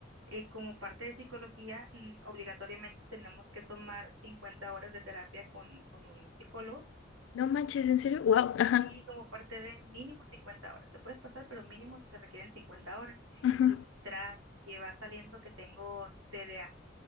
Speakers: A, on the right (about 85°); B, on the left (about 70°).
A: eh, como parte de psicología, mm, obligatoriamente tenemos que tomar 50 horas de terapia con, con un psicólogo
B: No manches, ¿en serio? Wow, ajá.
A: Sí, como parte de mínimo 50 horas. Te puedes pasar, pero mínimo se requieren 50 horas.
B: ujú.
A: Y tras que va saliendo que tengo TDA.